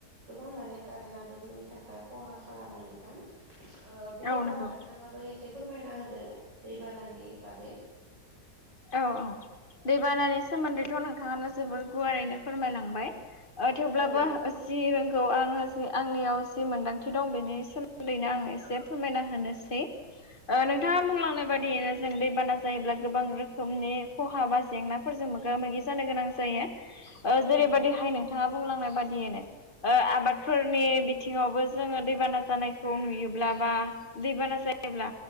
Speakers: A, on the right (about 85°); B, on the left (about 30°).
A: गोबां माने कारेन्टआबो जोंनि थाखाय खहा खालामो नोंथां। बिदिब्ला
B: औ नंगौ
A: नोंथाङाबो एसे फोरमायना होदो दैबानानि बागै
B: औ औ। दैबानानि सोमोन्दैथ' नोंथाङानो जोबोर गुवारैनो फोरमायलांबाय थेवब्लाबो
A: औ नोंथां
B: जि रोंगौ आङो जि आंनियाव जि मोनदांथि दं बेनि सोमोन्दैनो आंङो एसे फोरमायना होनोसै नोंथाङा
A: औ नोंथां
B: बुंलांनाय बादियैनो जों दैबाना जायोब्ला गोबां रोखोमनि खहा बा जेंनाफोरजों मोगा मोगि जानो गोनां जायो
A: औ
B: जेरैबायदिहाय
A: नोंथां
B: नों नोंथाङा बुंलांनाय बादिनो आबादफोरनि बिथिङावबो जोङो दैबाना जानायखौ नुयोब्लाबा दैबाना जायोब्ला